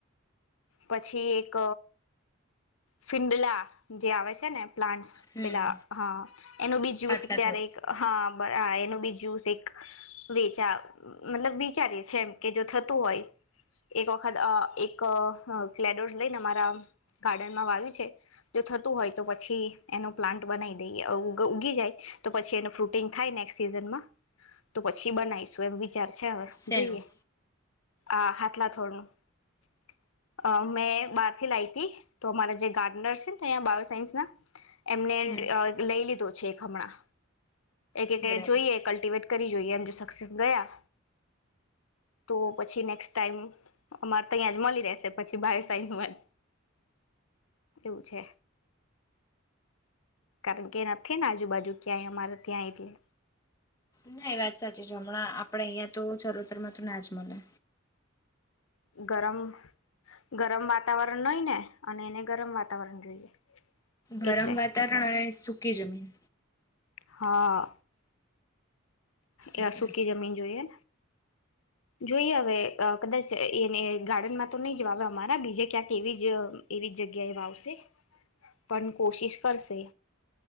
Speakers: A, on the left; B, on the left.
A: પછી એક ફિંડલા જે આવે છે ને પ્લાન્ટ
B: હમ
A: પેલા હા એનું બી જ્યુસ
B: હાથલા
A: અત્યારે
B: થોર
A: હા બર આ એનું બીજુ એક વેચા મતલબ વિચારી છે કે જો થતું હોય એક વખત એક્ડોસ લઈને અમારા ગાર્ડનમાં વાય્યું છે જો થતું હોય તો પછી એનો પ્લાન્ટ બનાવી દઈએ ઉગી જાય તો પછી એનું ફ્રૂટિંગ થાય નેક્સ્ટ સીઝનમાં તો પછી બનાવીશું એમ વિચાર અછા હવે
B: શેનું
A: જોઈએ આ હાથલાથોર ન મેં બારથી લાવી હતી તો અમારા જે ગાર્ડનર છે ને ત બાયો સાઇન્સ ના એમને
B: હમ
A: લઈ લીધો છે હમણાં એક એક
B: બરાબર
A: જોઈએ કલ્ટિવેટ કરી જોઈએ એમ જો સક્સેસ ગયા તો પછી નેક્સ્ટ ટાઈમ અમારે તહીં જ મળી રહેશે પછી બાવ સાઈ ન એવું છે કારણ કે નથી ને આજુબાજુ ક્યાંય અમારે ત્યાં એટલે
B: ના એ વાત સાચી છે હમણાં આપડે અહિયાં તો ચલોતર માં તો ના જ મળે
A: ગરમ ગરમ વાતાવરણ નય ને અને એને ગરમ વાતાવરણ જોઈએ
B: ગરમ
A: એટલે
B: વાતાવરણ અને શું કે જમીન
A: હા એ
B: એટલે
A: સુકી જમીન જોઈએ જોઈએ હવે કદાચ એને ગાર્ડનમાં તો નહી જ વાવે અમારા બીજા ક્યાંક એવી જ એવી જ જગ્યા એ વાવશે પણ કોશિશ કરશે